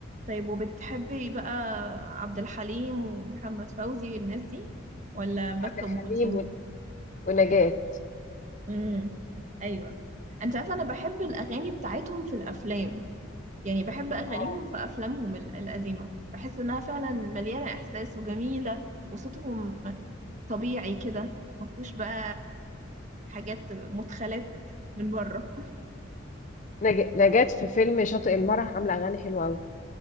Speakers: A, on the right; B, on the left.
A: طيب وبتحبي بقى عبد الحليم ومحمد فوزي والناس دي ولا بس
B: عبد الحليم
A: أم كلثوم؟
B: و- ونجاة
A: امم ايوه انت عارفه انا بحب الاغاني بتاعتهم في الافلام يعني بحب اغانيهم
B: اه
A: في افلامهم ال- القديمه بحس انها فعلا مليانه احساس وجميله وصوتهم طبيعي كده ما فيهوش بقى حاجات مدخلات من بره
B: نج... نجاة في فيلم شاطئ المرح عامله اغاني حلوه قوي